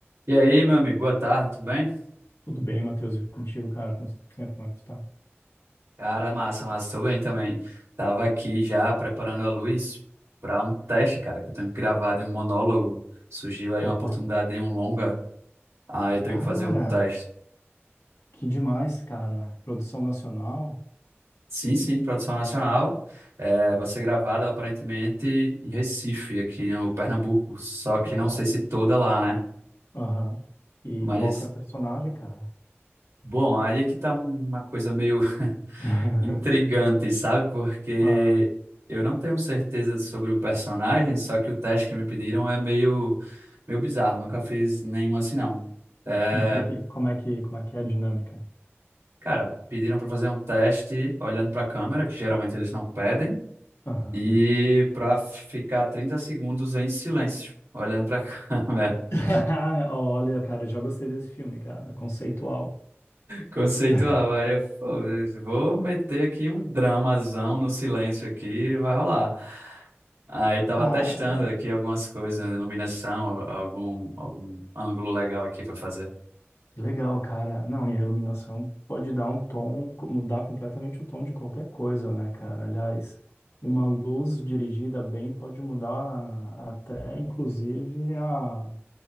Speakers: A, on the right; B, on the left.
A: E aí, meu amigo, boa tarde, tudo bem?
B: Tudo bem, Matheus? E contigo, cara? Quanto tempo? Como é que tu tá?
A: Cara, massa, massa, tô bem também. Tava aqui já preparando a luz para um teste, cara, que eu tenho que gravar de um monólogo. Surgiu aí
B: Opa!
A: uma oportunidade de um longa, aí eu tenho
B: Cara,
A: que fazer um teste.
B: que demais, cara. Produção nacional?
A: Sim, sim, produção nacional, é, vai ser gravado aparentemente em Recife, aqui no Pernambuco, só que
B: Uau!
A: não sei se toda lá, né?
B: Aham. E
A: Mas,
B: qual que é a personagem, cara?
A: bom, aí é que tá uma coisa meio
B: <laughs>
A: intrigante, sabe? Porque
B: Ah,
A: eu não tenho certeza sobre o personagem, só que o teste que me pediram é meio, meio bizarro. Nunca fiz nenhum assim, não. É,
B: do que que, como é que, como é que é a dinâmica?
A: cara, pediram para fazer um teste olhando para a câmera, que geralmente eles não pedem,
B: Aham.
A: e para ficar 30 segundos em silêncio. Olhando para a <laughs> câmera,
B: <laughs> Olha, cara, já gostei desse filme, cara. Conceitual.
A: conceitual.
B: <laughs>
A: Aí eu, pô, vou meter aqui um dramazão no silêncio aqui, vai rolar. Aí tava
B: Cara.
A: testando aqui algumas coisas, né, iluminação, a- algum, algum ângulo legal aqui para fazer.
B: Que Legal, cara. Não, e a iluminação pode dar um tom, co- mudar completamente o tom de qualquer coisa, né, cara? Aliás, uma luz dirigida bem pode mudar até, inclusive, a-